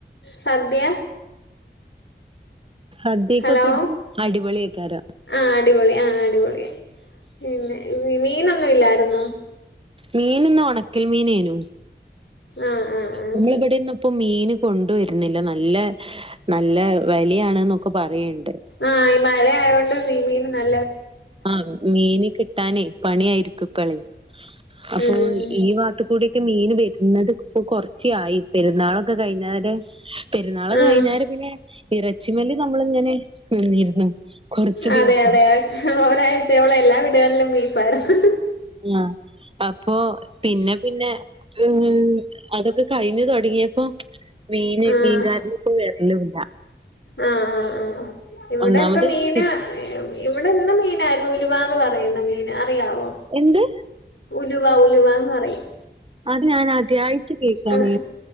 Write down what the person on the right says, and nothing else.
സദ്യക്കൊക്കെ
ഇത് അടിപൊളിയാക്കാര
മീൻന്ന് ഉണക്കൽ മീനേനു
നമ്മളിവിടെന്നിപ്പോ മീന് കൊണ്ടുവരുന്നില്ല നല്ല നല്ല വ ലിയാണ്ന്നൊക്കെ പറയണ്ട്
ആഹ് മീന് കിട്ടാനേ പണിയായിരിക്കും പ്പളെ അപ്പൊ
ഈ നാട്ട് ഇവിടെയൊക്കെ മീൻ വരുന്നത് ഇപ്പോ കുറച്ച ആയി പെരുന്നാളൊക്കെ കഴിഞ്ഞാരെ പെരുന്നാള്
കഴിഞ്ഞാല് പിന്നെ ഇറച്ചിമ്മൽ നമ്മളിങ്ങനെ നിന്നിരുന്നു കൊറച്ച്
ദിവസം.
ആഹ് അപ്പൊ പിന്നെ പിന്നെ ഉം അതൊക്കെ കഴിഞ്ഞു തൊടങ്ങിയപ്പോ മീന്
മീൻകാരൻ പ്പോ വരലും ഇല്ല
ഒന്നാമത്
കി
എന്ത്
അത് ഞാൻ ആദ്യായിട്ട് കേക്കാണ്